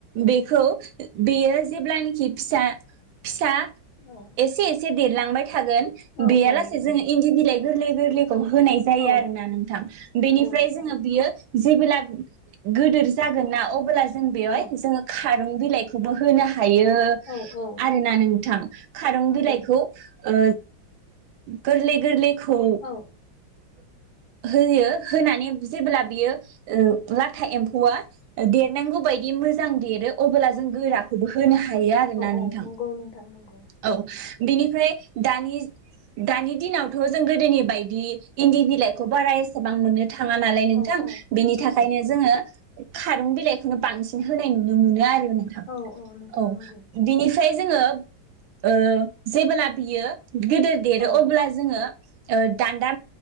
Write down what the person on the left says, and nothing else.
औ
औ
औ नंगौ
औ
नंगौ
नोंथां
औ
औ औ
नंगौ औ नंगौ
औ औ
औ
नंगौ नोंथां नंगौ
औ औ
नंगौ
औ नोंथां
नंगौ
औ